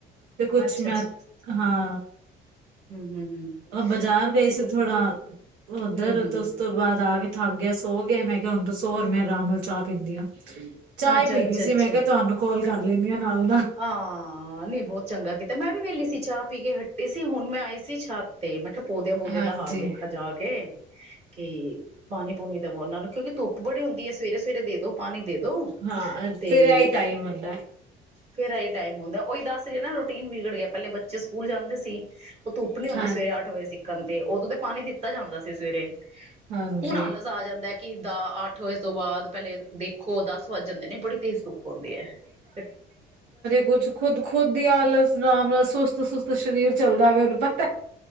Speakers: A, on the right; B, on the right.
A: ਤੇ ਕੁਛ
B: ਅੱਛਾ
A: ਮੈਂ
B: ਅੱਛਾ
A: ਹਾਂ
B: ਹਮ ਹਮ ਹਮ
A: ਉਹ ਬਾਜ਼ਾਰ ਗਈ
B: ਤੇ
A: ਸੀ ਥੋੜਾ ਉੱਧਰ
B: ਹਮ ਹਮ
A: ਤੇ ਉਸ ਤੋਂ ਬਾਅਦ ਆ ਕੇ ਥੱਕ ਗਿਆ ਸੋ ਗਿਆ ਮੈਂ ਕਿਹਾ ਹੁਣ ਤੂੰ ਸੋ ਹੋਰ ਮੈਂ ਆਰਾਮ ਨਾਲ ਚਾਹ ਪੀਂਦੀਾਂ
B: ਹਮ
A: ਚਾਹ
B: ਅੱਛਾ
A: ਈ ਪੀਣੀ
B: ਅੱਛਾ
A: ਸੀ
B: ਅੱਛਾ
A: ਮੈਂ ਕਿਹਾ ਤੁਹਾਨੂੰ ਕੋਲ ਕਰ ਲੈਂਦੀ ਆ ਨਾਲ ਨਾਲ।
B: ਹਾਂ ਨਹੀਂ ਬਹੁਤ ਚੰਗਾ ਕੀਤਾ ਮੈਂ ਵੀ ਵਿਹਲੀ ਸੀ ਚਾਹ ਪੀ ਕੇ ਹ ਤੇ ਸੀ ਹੁਣ ਮੈਂ ਆਈ ਸੀ ਛਤ ਤੇ ਮਤਲਬ ਪੌਦਿਆਂ ਪੂਦਿਆਂ
A: ਹਾਂਜੀ।
B: ਦਾ ਹਾਲ ਦੇਖਾ ਜਾ ਕੇ ਕੀ ਪਾਣੀ ਪੂਣੀ ਦੇਵੋ ਉਹਨਾਂ ਨੂੰ ਕਿਉਂਕਿ ਧੁੱਪ ਬੜੀ ਹੁੰਦੀ ਏ। ਸਵੇਰੇ ਸਵੇਰੇ ਦੇ ਦੋ ਪਾਣੀ ਦੇ ਦੋ
A: ਹਾਂ
B: ਤੇ-
A: ਫਿਰ ਇਹੀ ਟਾਈਮ ਹੁੰਦਾ
B: ਫੇਰ ਇਹੀ ਟਾਈਮ ਉਂਦਾ। ਉਹੀ ਦਸ ਹ <inaudible> ਰੁਟੀਨ ਵਿਗੜ ਗਿਆ। ਪਹਿਲੇ ਬੱਚੇ ਸਕੂਲ ਜਾਂਦੇ ਸੀ। ਉਹ ਧੁੱਪ ਨੀ ਉਂਦੀ
A: ਹਾਂ।
B: ਸਵੇਰੇ ਅੱਠ ਵਜੇ ਦੀ। ਕੰਮ ਤੇ ਉਦੋਂ ਤਾਂ ਪਾਣੀ ਦਿੱਤਾ ਜਾਂਦਾ ਸੀ ਸਵੇਰੇ।
A: ਹਾਂਜੀ।
B: ਹੁਣ ਆਲਸ ਆ ਜਾਂਦਾ ਏ ਕਿ ਦਾ ਅੱਠ ਵਜੇ ਤੋਂ ਬਾਅਦ ਪਹਿਲੇ ਦੇਖੋ ਦਸ ਵੱਜ ਜਾਂਦੇ ਨੇ ਬੜੀ ਤੇਜ਼ ਧੂਪ ਉਂਦੀ ਐ। ਫ
A: ਕੁਛ ਖੁਦ ਖੁਦ ਦੀ ਆਲਸ ਰਾਮ ਨਾਲ ਸੁ- ਸੁ ਸੁਸਤ ਸਰੀਰ ਚੱਲਦਾ ਰਵੇ - ਵਕ